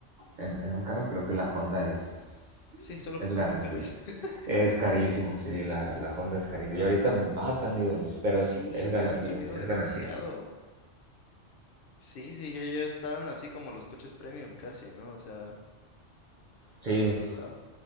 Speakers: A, on the right; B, on the left.
A: en- en un carro, creo que la Honda es,
B: Sí,
A: es,
B: solo
A: es
B: que son
A: garantía.
B: muy caras. <laughs>
A: Es carísimo, sí, la, la Honda es carísima. Y ahorita más han ido los, pero
B: Sí,
A: es, es garantía,
B: ya han subido
A: es
B: demasiado.
A: garantía.
B: Sí, sí, ya, ya están así como los coches premium casi, ¿no? O sea,
A: Sí,
B: la verdad.